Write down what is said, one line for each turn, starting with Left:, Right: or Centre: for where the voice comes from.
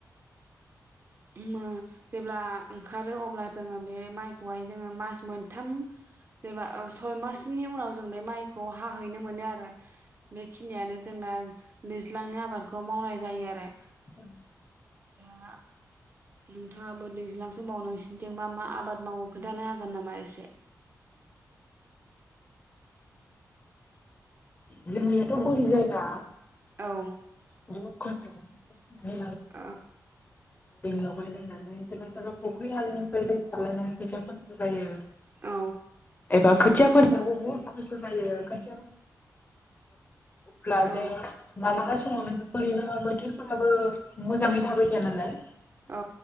Right: मो जेब्ला ओंखारो अब्ला जोङो बे माइखौहाय जोङो मास मोनथाम जेब्ला सय मासनि उनाव जों बे माइखौ हाहैनो मोनो आरो बेखिनियानो जोंबा दैज्लांनि आबादखौ मावनाय जायो आरो।
Left: औ।
Right: दा नोंथाङाबो दैज्लांसो समाव नोसिनिथिंबा मा आबाद मावो खोन्थानो हागोन नामा एसे।
Left: जोंनियाथ' बोरि जायगा।
Right: औ
Left: <unintelligible> <inaudible> बरिं
Right: औ
Left: लगाय लायनानै सोरबा सोरबा फुख्रि आरिनिफ्राय दै सारलायनानै खोथिया फोनांगौ जायो।
Right: औ।
Left: बाख्रि खोथिया फोनायाव बुहुद खस्थ' जायो खोथिया ब्ला
Right: औ
Left: जों मालाबा सम। समाव नों बोरैबा बोथोरफोराबो मोजाङै थाबाय थाया नालाय।
Right: औ